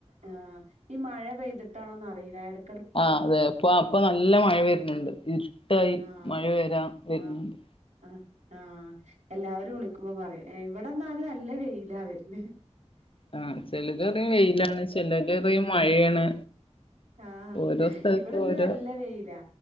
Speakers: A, on the right (about 85°); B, on the left (about 50°).
A: ആഹ് ഈ മഴ പെയ്തിട്ടാണോന്ന് അറീല എടക്
B: ആഹ് അതെ ഇപ്പൊ അപ്പൊ ന്നല്ല മഴ വെര്ന്ണ്ട്
A: ആഹ്
B: ഇര്ട്ടായി
A: ആഹ്
B: മഴ വെരാം വെര്ന്ന്ണ്ട്
A: ആഹ് ആഹ് ആഹ് എല്ലാവരും വിളിക്കുമ്പോ പറയും എഹ് ഇവടെന്നാല് ന്നല്ലാ വെയിലാ വെര്ന്
B: ആഹ് ചെലരറിം വെയിലാണ് ചെലരറിം മഴയേണ്
A: ആഹ്
B: ഓരോ സ്ഥലത്ത്
A: ഇവിടെന്ന്
B: ഓരോ
A: നല്ല വെയിലാ